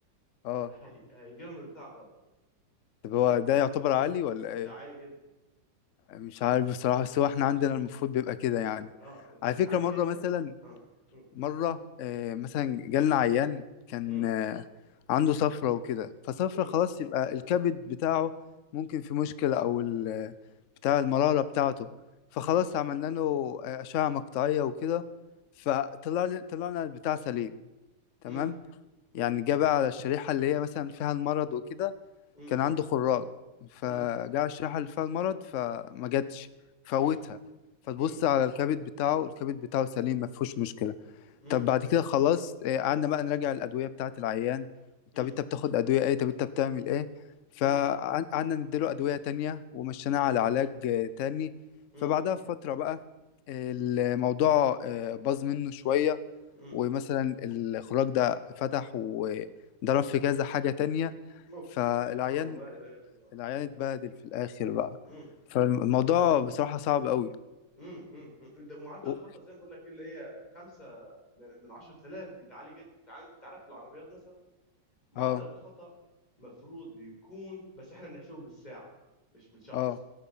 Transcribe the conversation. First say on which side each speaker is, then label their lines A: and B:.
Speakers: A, on the left; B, on the left.
A: اه
B: هي... هيجيلهم البتاع غلط
A: طب هو ده يعتبر عالي ولا
B: ده
A: ايه
B: عالي جدا
A: مش عارف بصراحة بس هو احنا عندنا المفروض بيبقى كده يعني
B: اه انت
A: على
B: انت
A: فكرة
B: عالي
A: مرة
B: جدا
A: مثلا
B: اه مم.
A: مرة آه، مثلا جالنا عيان كان
B: مم.
A: آه، عنده صفرة وكده فصفرة
B: مم.
A: خلاص يبقى الكبد بتاعه ممكن في مشكلة أو ال- آه، بتاع المرارة بتاعته فخلاص
B: مم.
A: عملنا له آه، أشعة مقطعية وكده فطلع طلعنا البتاع سليم تمام
B: مم.
A: يعني جه بقى على الشريحة اللي هي مثلا فيها المرض وكده
B: مم.
A: كان عنده خراج فجاء
B: مم.
A: الشريحة اللي فيها المرض فما جاتش فوتها
B: مم.
A: فتبص
B: مم.
A: على الكبد بتاعه الكبد بتاعه سليم ما فيهوش مشكلة
B: مم. مم.
A: طب بعد كده خلاص آه، قعدنا بقى نراجع الأدوية بتاعة العيان
B: مم.
A: طب أنت بتاخد أدوية إيه طب أنت بتعمل إيه فقعدنا
B: مم.
A: نديله أدوية تانية ومشيناه
B: مم.
A: على علاج آه، تاني
B: مم.
A: فبعدها بفترة بقى الموضوع آه، باظ منه شوية
B: مم.
A: ومثلا الخراج ده فتح وضرب في كذا حاجة تانية
B: اوف
A: فالعيان
B: سبحان الله لا اله الا الله
A: العيان اتبهدل في الآخر بقى
B: مم.
A: فالموضوع بصراحة صعب قوي
B: مم. مم. مم. ده معدل
A: و-
B: الخطأ زي ما بقول لك كده اللي هي 5 من من 10000 دي ده عالي جدا انت عن- أنت عارف في العربيات مثلا معدل
A: اه
B: الخطأ مفروض بيكون بس احنا بنحسبه بالساعة مش بالشخص
A: اه